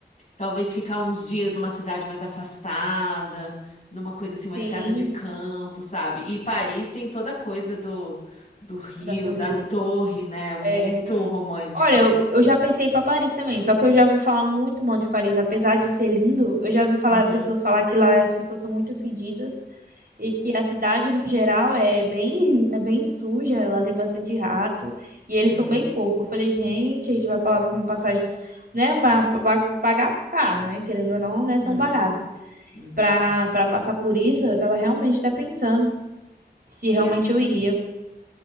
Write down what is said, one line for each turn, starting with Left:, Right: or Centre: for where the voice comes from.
Left: talvez ficar uns dias numa cidade mais afastada, numa coisa assim, mais
Right: Sim,
Left: casa de campo, sabe? E Paris tem toda a coisa do rio,
Right: da Torre.
Left: da torre,
Right: Eiffel.
Left: né? Muito
Right: É, é.
Left: romântico.
Right: Olha, eu, eu já pensei para Paris também, só que eu já ouvi falar muito mal de Paris, apesar de ser lindo, eu já ouvi falar
Left: Uhum,
Right: pessoas falar que lá as pessoas são muito fedidas e que a cidade no geral é bem <laughs> é bem suja, ela tem bastante rato e eles
Left: uhum,
Right: são bem porco. Eu falei, gente, a gente vai para uma passagem, né, mas vai pagar caro, né, querendo ou não, não é tão
Left: uhum,
Right: barato.
Left: uhum.
Right: Para para passar por isso, eu tava realmente até pensando se
Left: E
Right: realmente
Left: eu,
Right: eu iria.